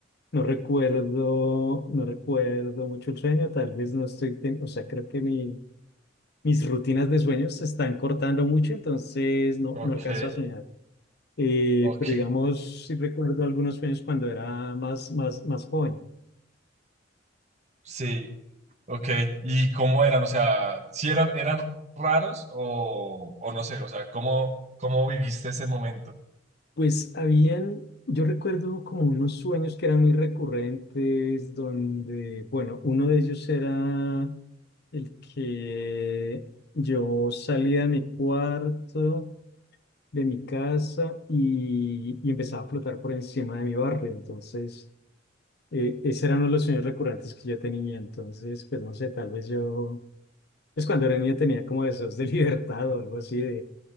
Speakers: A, on the left; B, on the right.
A: no recuerdo, no recuerdo mucho el sueño. Tal vez no estoy, ten- o sea, creo que mi, mis rutinas de sueños se están cortando mucho, entonces no,
B: Ok,
A: no alcanzo a soñar. Eh,
B: ok,
A: pero digamos, sí recuerdo algunos sueños cuando era más, más, más joven.
B: sí, ok. ¿Y cómo eran? O sea, si eran, eran raros o, o no sé, o sea, ¿cómo, cómo viviste ese momento?
A: Pues habían, yo recuerdo como unos sueños que eran muy recurrentes, donde, bueno, uno de ellos era el que yo salía de mi cuarto, de mi casa y, y empezaba a flotar por encima de mi barrio. Entonces, eh, ese era uno de los sueños recurrentes que yo tenía. Entonces, pues no sé, tal vez yo, pues cuando era niño tenía como deseos de <laughs> libertad o algo así,